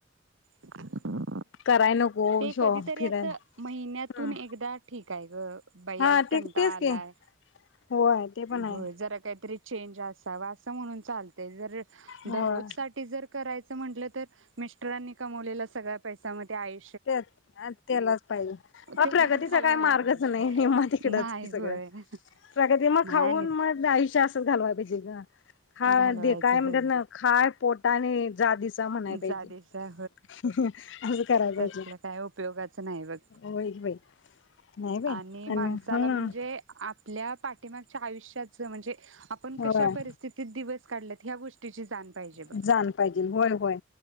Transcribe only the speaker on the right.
<inaudible>
ते
कधीतरी
अस महिन्यातून
एकदा ठीक आहे ग बाई
आज कंटाळ
आलाय
हो जरा काहीतरी चेंज असा व असं म्हणून चालतय जर
दररोज साठी जर करायचं म्हटलं तर मिस्टरांनी कमवलेला सगळा पैसा पण ते आईकड
तेलाच
घालवायला
पाहिजे
नाही
होय
नाही
आणि
घालवायचं
होय
जादेचा
त्या काय उपयोगाचं नाही बघ
आणि माणसाला
म्हणजे आपल्या पाठीमागच्या आयुष्याच म्हणजे आपण कशा
परिस्थितीत दिवस काढ ह गोष्टीची जाण पाहिजे बघ